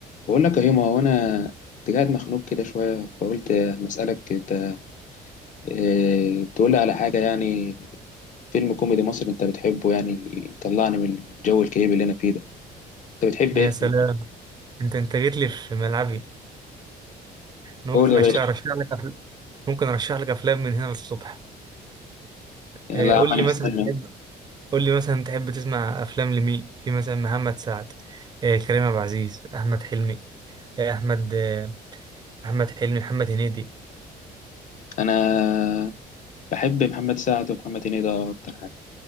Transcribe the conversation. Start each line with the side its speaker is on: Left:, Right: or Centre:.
Left: بقول لك اهي ما هو انا كنت قاعد مخنوق كده شويه فقلت مسألك انت إيه تقول لي على حاجه يعني فيلم كوميدي مصري انت بتحبه يعني يطلعني من الجو الكئيب اللي انا فيه ده انت بتحب
Right: يا
Left: ايه في-
Right: سلام انت انت جيت لي في ملعبي انا
Left: قول
Right: ممكن
Left: يا باشا
Right: أش- ارشح لك أفل... ممكن ارشح لك افلام من هنا للصبح
Left: يعني
Right: آه،
Left: لا يا
Right: قول
Left: عم انا
Right: لي
Left: مستني
Right: مثلا
Left: أهو.
Right: تحب قول لي مثلا تحب تسمع افلام لمين في مثلا محمد سعد آه، كريم عبد العزيز احمد حلمي آه، احمد آه، احمد حلمي محمد هنيدي
Left: انا بحب محمد سعد ومحمد هنيدي ده اكتر حاجه